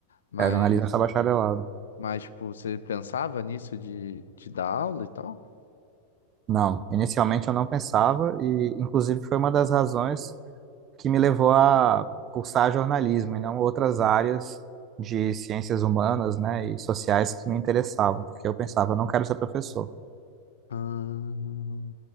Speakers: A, on the left; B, on the right.
A: Mas,
B: é jornalismo só bacharelado.
A: mas tipo, você pensava nisso de, de dar aula e tal?
B: Não, inicialmente eu não pensava e, inclusive, foi uma das razões que me levou a cursar jornalismo e não outras áreas de ciências humanas, né, e sociais que me interessavam, porque eu pensava, não quero ser professor.
A: Ah,